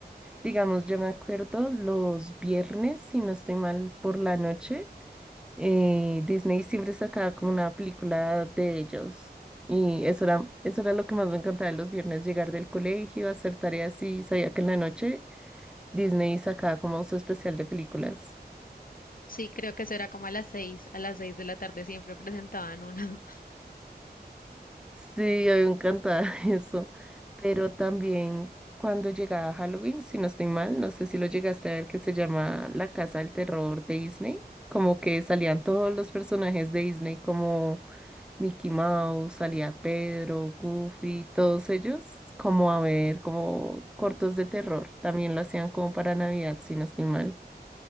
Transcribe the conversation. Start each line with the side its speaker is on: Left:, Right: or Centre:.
Centre: digamos, yo me acuerdo los viernes, si no estoy mal, por la noche. eh, Disney siempre sacaba como una película de ellos. Y eso era, eso era lo que más me encantaba los viernes, llegar del colegio, hacer tareas y sabía que en la noche Disney sacaba como su especial de películas.
Left: Sí, creo que eso era como a las seis, a las seis de la tarde siempre presentaban una.
Centre: Sí, a mí me encantaba <laughs> eso. Pero también cuando llegaba Halloween, si no estoy mal, no sé si lo llegaste a ver, que se llama La Casa del Terror de Disney. Como que salían todos los personajes de Disney como Mickey Mouse, salía Pedro, Goofy, todos ellos, como a ver, como cortos de terror. También lo hacían como para Navidad, si no estoy mal.